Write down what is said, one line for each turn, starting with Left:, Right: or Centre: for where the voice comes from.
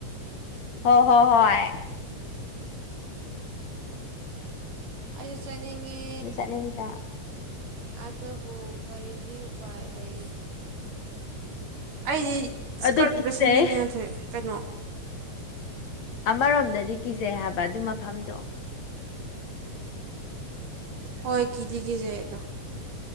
Left: ꯍ ꯣꯍꯣ ꯍꯣꯏ꯫
Right: ꯑꯩꯁꯨ ꯆꯥꯠꯅꯤꯡꯉꯤ
Left: ꯑꯗꯨ ꯆꯠꯅꯤꯡꯗ꯭ꯔꯥ
Right: ꯑꯗꯨꯕꯨ ꯀꯔꯤꯒꯤ ꯎꯄꯥꯏ ꯂꯩ꯫ ꯑꯩꯗꯤ ꯏꯁꯀꯔꯠ
Left: ꯑꯗꯨ
Right: ꯑꯝꯇ
Left: ꯀꯤꯖꯩ
Right: ꯁꯦꯝꯅꯤꯡꯉꯤ ꯀꯩꯅꯣ꯫
Left: ꯑꯃꯔꯣꯝꯗꯗꯤ ꯀꯤꯖꯩ ꯍꯥꯏꯕ ꯑꯗꯨ ꯃꯐꯝꯗꯣ꯫
Right: ꯍꯣꯏ ꯀꯤꯗꯤ ꯀꯤꯖꯩ ꯑꯩꯗꯣ꯫